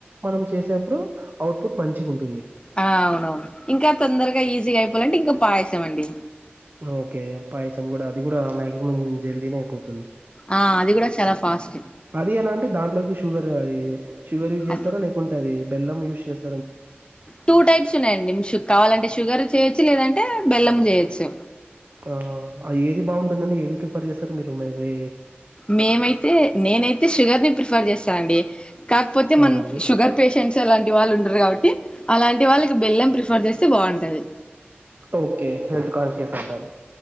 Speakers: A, on the right; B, on the left.
A: మనం చేసేప్పుడు అవుట్పుట్ మంచిగ ఉంటుంది
B: ఆ అవునవును ఇంకా తొందరగా ఈజీగా అయిపోవాలంటే ఇంకా పాయసమండి
A: ఓకే పాయసం కూడా అది కూడా మాక్సిమం జల్దీనే అయిపోతుంది
B: ఆ అది కూడా చాలా ఫాస్ట్
A: అది ఎలా అంటే దాంట్లోకి షుగర్ అది షుగర్ యూజ్ చేస్తారా
B: అది
A: లేకుంటే అది బెలం యూజ్ చేస్త
B: టూ టైప్స్ ఉన్నాయండి కావాలంటే షుగర్ చేయొచ్చు లేదంటే బెల్లం చేయొచ్చు
A: ఆ అది ఏది బాగుంటుందని ఏది ప్రిఫర్ చేస్తారు మీరు మరీ
B: మేమైతే నేనైతే షుగర్ ని ప్రిఫర్ చేస్తాను అండి కాకపోతే
A: అవునండి
B: మనం షుగర్ పేషెంట్స్ అలాంటి వాళ్ళు ఉండరు కాబట్టి అలాంటి వాళ్ళకి బెల్లం ప్రిఫర్ చేస్తే బాగుంటది
A: ఓకే హెల్త్ కాన్షియస్ అంటారు